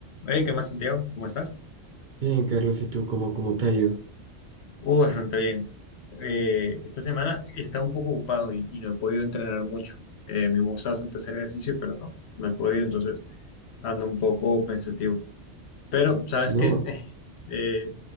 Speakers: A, on the left (about 70°); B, on the right (about 55°).
A: Oye, ¿qué más, Santiago? ¿Cómo estás?
B: Bien, Carlos, ¿y tú cómo, cómo te ha ido?
A: Uh, bastante bien. Eh, esta semana he estado un poco ocupado y, y no he podido entrenar mucho. Eh, me gusta bastante hacer ejercicio, pero no, no he podido, entonces ando un poco pensativo. Pero, ¿sabes
B: No,
A: qué? <laughs> Eh,